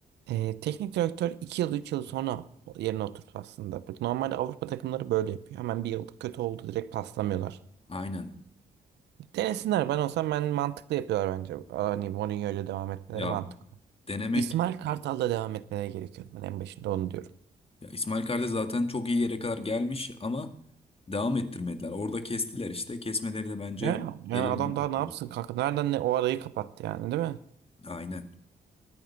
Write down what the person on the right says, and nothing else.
ee, teknik direktör 2 yıl 3 yıl sonra yerine oturdu aslında. Bak, Normalde Avrupa takımları böyle yapıyor. Hemen bir yıl kötü oldu direkt paslamıyorlar.
Denesinler ben olsam ben mantıklı yapıyorlar bence. Hani Mourinho ile devam etmeleri
mantıklı.
İsmail Kartal'la devam etmeleri gerekiyordu. Ben en başında onu diyorum.
Ya,
yani adam
daha ne yapsın kanka? Nereden ne o arayı kapattı yani değil mi?